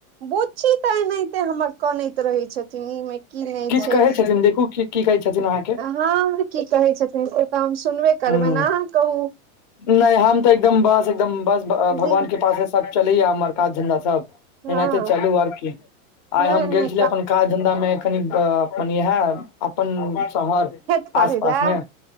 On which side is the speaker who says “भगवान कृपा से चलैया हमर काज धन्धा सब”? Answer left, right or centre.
Left